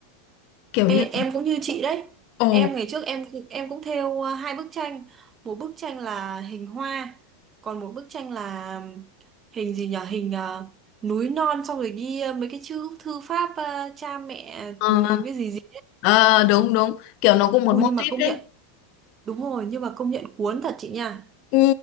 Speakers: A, on the left; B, on the right.
A: Kiểu
B: ê,
A: như
B: em cũng như chị đấy.
A: ồ
B: Em ngày trước em em cũng thêu à, hai bức tranh, một bức tranh là hình hoa, còn một bức tranh là hình gì nhở Hình à, núi non xong rồi ghi à, mấy cái chữ thư pháp à, cha mẹ
A: ờ
B: ừ, cái gì gì.
A: ờ, đúng đúng, kiểu nó cũng một
B: Ui
A: mô
B: nhưng mà
A: típ
B: công
A: đấy.
B: nhận, đúng rồi, nhưng mà công nhận cuốn thật chị nha.
A: Ừ,